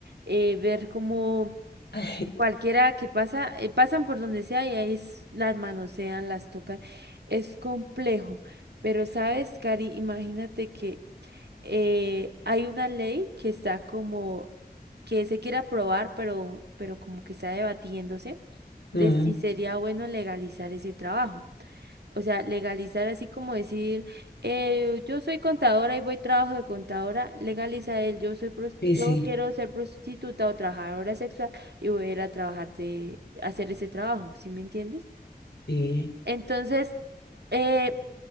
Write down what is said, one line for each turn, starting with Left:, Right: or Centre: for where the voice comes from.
Right: eh, ver como
Left: ay,
Right: cualquiera que pasa, eh, pasan por donde sea y ahí s- las manosean, las tocan, es complejo, pero sabes, Cari, imagínate que eh, hay una ley que está como, que se quiere aprobar, pero, pero como que está debatiéndose de
Left: mm,
Right: si sería bueno legalizar ese trabajo. O sea, legalizar así como decir, eh, yo soy contadora y voy trabajo de contadora, legalizar el yo soy pros-
Left: sí,
Right: yo
Left: sí,
Right: quiero ser prostituta o trabajadora sexual y voy a ir a trabajar de hacer ese trabajo, ¿sí me entiendes?
Left: sí.
Right: Entonces, eh,